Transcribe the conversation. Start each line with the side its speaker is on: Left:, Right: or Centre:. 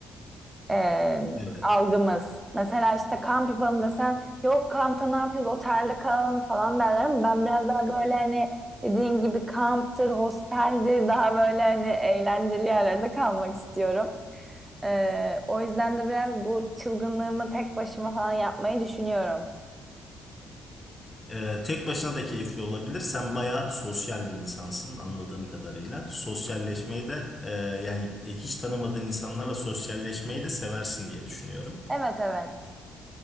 Right: Ee,
Left: evet.
Right: algımız. Mesela işte kamp yapalım desen yok kampta ne yapacağız otelde kalalım falan derler ama ben biraz daha böyle hani dediğin gibi kamptır, hosteldir daha böyle hani eğlenceli yerlerde kalmak istiyorum. Ee, o yüzden de biraz bu çılgınlığımı tek başıma falan yapmayı düşünüyorum.
Left: Ee, tek başına da keyifli olabilir sen bayağı sosyal bir insansın anladığım kadarıyla sosyalleşmeyi de e, yani e, hiç tanımadığın insanlarla sosyalleşmeyi de seversin diye düşünüyorum.
Right: Evet evet.